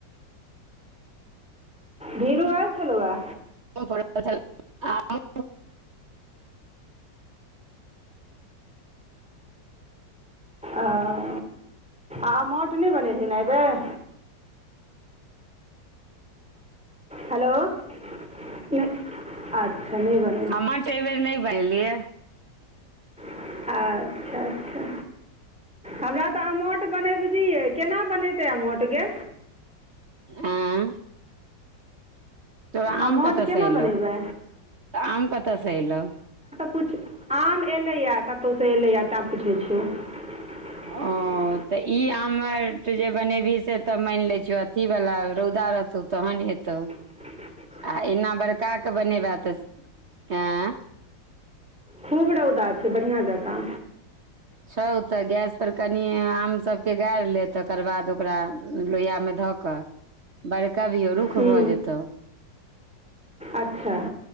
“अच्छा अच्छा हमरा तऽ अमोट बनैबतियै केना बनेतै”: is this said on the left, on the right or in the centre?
Centre